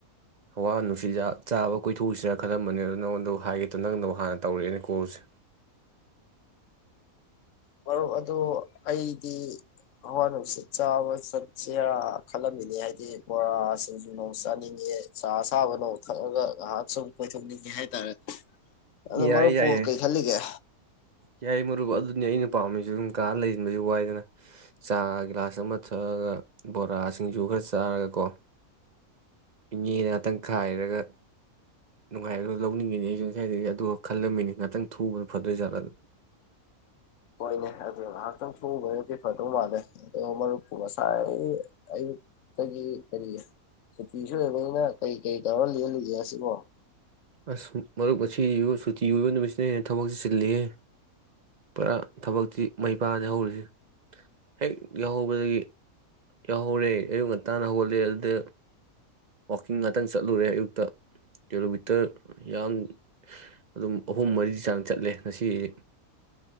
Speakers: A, on the right; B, on the left.
A: ꯍꯋꯥ ꯅꯨꯡꯁꯤꯖ ꯆꯥꯕ ꯀꯣꯏꯊꯣꯛꯎꯁꯤꯔ ꯈꯜꯂꯝꯕꯅꯤ ꯑꯗꯨꯗꯣ ꯅꯪꯉꯣꯟꯗꯕꯨ ꯍꯥꯏꯒꯦꯠꯇ ꯅꯪꯗꯕꯨ ꯍꯥꯟꯅ ꯇꯧꯔꯛꯑꯦꯅꯦ ꯀꯣꯜꯁꯦ
B: ꯃꯔꯨꯞ ꯑꯗꯨ ꯑꯩꯗꯤ ꯍꯋꯥ ꯅꯨꯡꯁꯤꯠ ꯆꯥꯕ ꯆꯠꯁꯦꯔꯥ ꯈꯜꯂꯝꯃꯤꯅꯦ ꯍꯥꯏꯕꯗꯤ ꯕꯣꯔꯥꯁꯤꯡꯁꯨ ꯅꯣꯡ ꯆꯥꯅꯤꯡꯉꯦ ꯆꯥ ꯁꯥꯥꯕ ꯅꯣꯡ ꯊꯛꯑꯒ ꯉꯥꯏꯍꯥꯛ ꯁꯨꯝ ꯀꯣꯏꯊꯣꯛꯅꯤꯡꯉꯦ ꯍꯥꯏꯇꯥꯔꯦ ꯑꯗꯨ
A: ꯌꯥꯏꯌꯦ
B: ꯃꯔꯨꯞꯄꯨ
A: ꯌꯥꯏꯌꯦ
B: ꯀꯩ ꯈꯜꯂꯤꯒꯦ
A: ꯌꯥꯏ ꯃꯔꯨꯞ ꯑꯗꯨꯅꯤ ꯑꯩꯅ ꯄꯥꯝꯃꯤꯁꯨ ꯑꯗꯨꯝ ꯀꯥ ꯂꯩꯁꯤꯟꯕꯁꯨ ꯋꯥꯏꯗꯅ ꯆꯥ ꯒꯤꯂꯥꯁ ꯑꯃ ꯊꯛꯑꯒ ꯕꯣꯔꯥꯁꯤꯡꯁꯨ ꯈꯔ ꯆꯥꯔꯒꯀꯣ ꯏꯅꯦꯅ ꯉꯥꯛꯇꯪ ꯈꯥꯏꯔꯒ ꯅꯨꯡꯉꯥꯏꯔꯒ ꯂꯧꯅꯤꯡꯉꯤꯅꯤ ꯑꯩꯁꯨ ꯉꯥꯏꯗꯒꯤ ꯑꯗꯨꯒ ꯈꯜꯂꯝꯃꯤꯅꯤ ꯉꯥꯛꯇꯪ ꯊꯨꯕ ꯐꯗꯣꯏ ꯆꯅꯤ
B: ꯍꯣꯏꯅꯦ ꯑꯗꯨ ꯉꯥꯏꯍꯥꯛꯇꯪ ꯊꯨꯕꯅꯗꯤ ꯐꯗꯧ ꯃꯥꯜꯂꯦ ꯑꯗꯣ ꯃꯔꯨꯞꯄꯨ ꯉꯁꯥꯏ ꯀ ꯀꯔꯤ ꯀꯔꯤꯦ ꯁꯨꯇꯤꯁꯨ ꯑꯣꯏꯕꯅꯤꯅ ꯀꯩ ꯀꯩ ꯇꯧꯔꯣ ꯂꯜꯂꯤꯒꯦ ꯁꯤꯕꯣ
A: ꯑꯁ ꯃꯔꯨꯞ ꯑꯁꯤ ꯁꯨꯇꯤ ꯑꯣꯏꯕ ꯅꯨꯃꯤꯠꯁꯤꯅ ꯍꯦꯟꯅ ꯊꯕꯛꯇꯁꯤꯤ ꯆꯤꯜꯂꯤꯦ ꯄꯨꯔꯥ ꯊꯕꯛꯇꯤ ꯃꯩ ꯄꯥꯗꯦ ꯍꯧꯔꯤꯁ ꯍꯦꯛ ꯌꯥꯎꯍꯧꯕꯗꯒꯤ ꯌꯥꯎꯍꯧꯔꯦ ꯑꯌꯨꯛ ꯉꯟꯇꯥꯅ ꯍꯧꯒꯠꯂꯦ ꯑꯗꯨꯗ ꯋꯥꯋꯥꯛꯀꯤꯡ ꯉꯥꯛꯇꯪ ꯆꯠꯂꯨꯔꯦ ꯑꯌꯨꯛꯇ ꯀꯤꯂꯣꯃꯤꯇꯔ ꯌꯥ ꯑꯗꯨꯝ ꯑꯍꯨꯝ ꯃꯔꯤ ꯆꯥꯡ ꯆꯠꯂꯦ ꯉꯁꯤ